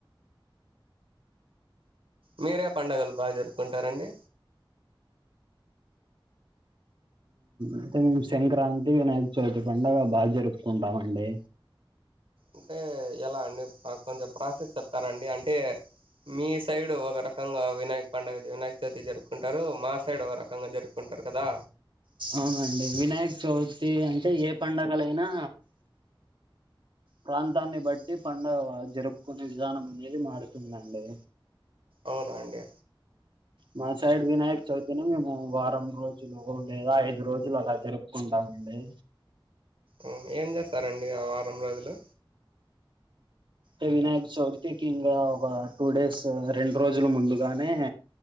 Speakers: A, on the right; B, on the right.
A: మీరే పండగలు బాగా జరుపుకుంటారండి
B: అయితే మేము సంక్రాంతి వినాయక చవితి పండుగ బాగా జరుపుకుంటామండి
A: అంటే ఎలా అండి మాకు కొంచెం ప్రాసెస్ చెప్తారండి అంటే మీ సైడ్ ఒక ర కంగా వినాయక్ పండగ వినాయక చవితి జరుపుకుంటారు మా సైడ్ ఒక రకంగా జరుపుకుంటారు కదా
B: అవునండి వినాయక చవితి అంటే ఏ పండగలైనా ప్రాంతాన్ని బట్టి పండగ వాద్ జరుపుకునే విధానం అనేది మారుతుందండి
A: అవునా అండి
B: మా సైడ్ వినాయక చవితిని మేము వారం రోజులు లేదా ఐదు రోజులు అలా జరుపుకుంటాము అండి
A: ఉమ్ ఏం జేస్తారండి ఆ వారం రోజులు
B: ఏ వినాయక చవితికి ఇంగ ఒ టూ డేస్ రెండు రోజుల ముందుగానే